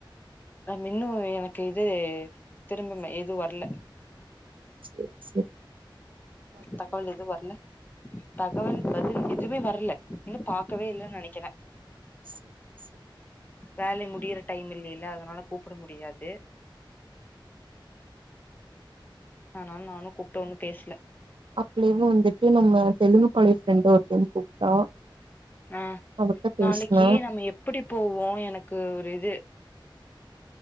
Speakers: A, on the left; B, on the right.
A: ந இன்னு எனக்கு இது திரும்பம எதுவு வரல
B: சேர் சேர்
A: தகவல் எது வரல தகவல் பதில் எதுவுமே வரல இன்னு பாரக்கவே இல்லன் நினைக்கிறே
B: சேரி சேரி
A: வேலை முடியற டைம் இல்லில்ல அதனால கூப்பிட முடியாது ஆனாலு நானு கூப்ட்டு ஒன்னு பேசல
B: அப்லேவு வந்துட்டு நம்ம தெலுங்கு காலேஜ் ஃரெண்ட் ஒரு டைம் கூப்ட்டா
A: ஆ
B: அவட்ட பேசுன
A: நாளைக்கி நம்ம எப்படி போவோ எனக்கு ஒரு இது